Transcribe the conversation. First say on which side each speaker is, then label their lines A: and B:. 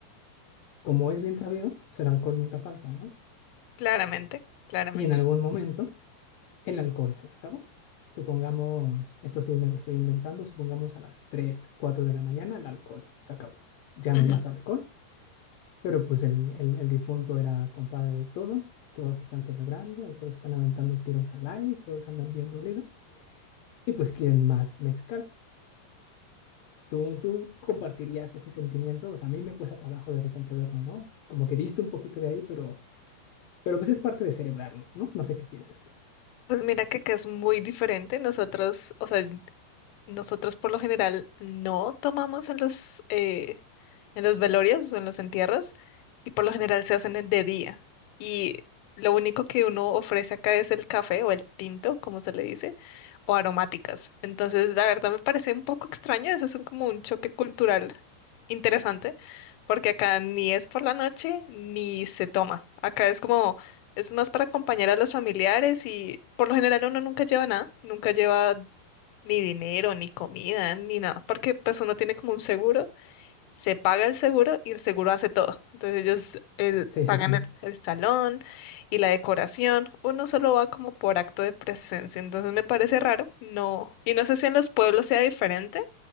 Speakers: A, on the left (about 75°); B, on the left (about 85°).
A: Como es bien sabido, pues el alcohol nunca falta, ¿no?
B: Claramente, claramente.
A: Y en algún momento el alcohol se acabó. Supongamos, esto sí me lo estoy inventando, supongamos a las 3, 4 de la mañana el alcohol se acabó. Ya
B: Ujú.
A: no hay más alcohol, pero pues el, el- el difunto era compadre de todos, y todos lo están celebrando y todos están aventando tiros al aire y todos andan bien dolidos y pues quieren más mezcal. ¿Tú, tú compartirías ese sentimiento? O sea, a mí me cuesta trabajo de repente verlo, ¿no? Como que diste un poquito de ahí, pero Pero pues es parte de celebrarlo, ¿no? No sé qué piensas tú.
B: Pues mira que acá es muy diferente. Nosotros, o sea, Nosotros por lo general no tomamos en los, eh, en los velorios o en los entierros y por lo general se hacen en- de día. Y lo único que uno ofrece acá es el café o el tinto, como se le dice, o aromáticas. Entonces, la verdad me parece un poco extraño, eso es un- como un choque cultural interesante, porque acá ni es por la noche ni se toma. Acá es como, es más para acompañar a los familiares y por lo general uno nunca lleva nada, nunca lleva ni dinero, ni comida, ni nada, porque pues uno tiene como un seguro, se paga el seguro y el seguro hace todo. Entonces ellos el-
A: Sí,
B: pagan
A: sí, sí.
B: el, el salón y la decoración, uno solo va como por acto de presencia, entonces me parece raro, no, y no sé si en los pueblos sea diferente,